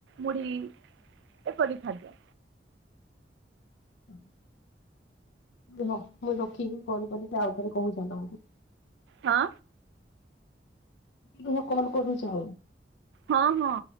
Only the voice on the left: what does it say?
<inaudible> ରୁହ ମୁଁ ରକି କୁ ଫୋନ ଆଉ ଥରେ କହୁଚି ତମକୁ।
ତୁମେ କଲ୍ କରୁଛ।